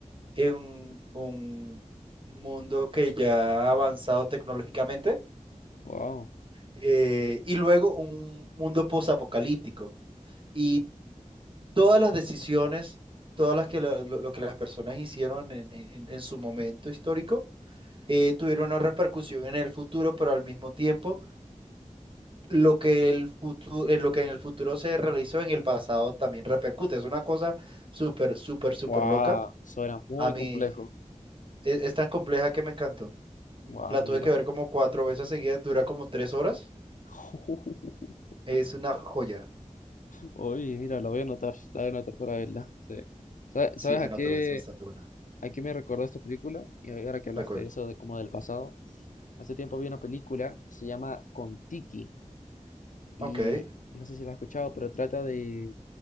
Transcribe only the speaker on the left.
Wow.
Wow,
eso era muy
complejo.
Wow,
mira.
<laughs>
Oye, mira, la voy a anotar, la voy a anotar para verla. sí. ¿Sabe-
¿Sabes a
qué,
a qué me recordó esta película? Y ahora que hablaste
de eso, de como del pasado. Hace tiempo vi una película que se llama Kon-Tiki y
y no sé si la has escuchado, pero trata de,